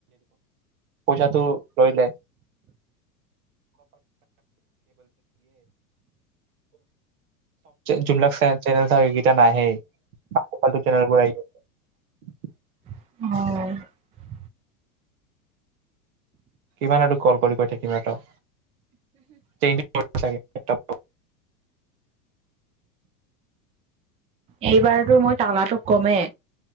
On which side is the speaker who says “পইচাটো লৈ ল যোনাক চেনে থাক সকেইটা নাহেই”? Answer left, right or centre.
Right